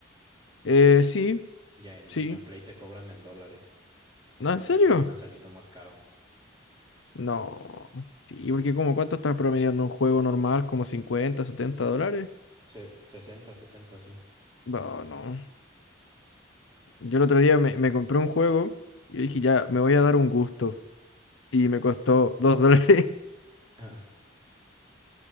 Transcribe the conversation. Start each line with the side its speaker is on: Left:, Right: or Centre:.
Left: Eh, sí,
Right: Y en,
Left: sí.
Right: en Play te cobran en dólares.
Left: ¿No,
Right: pues
Left: en
Right: te
Left: serio?
Right: termina saliendo más caro.
Left: No. Sí, porque como cuánto estás promediando un juego normal, como 50, 70 dólares.
Right: Se- sesenta setenta sí.
Left: No, no. Yo el otro día me, me compré un juego y yo dije, ya, me voy a dar un gusto. Y me costó 2 dólares. <laughs>
Right: <laughs>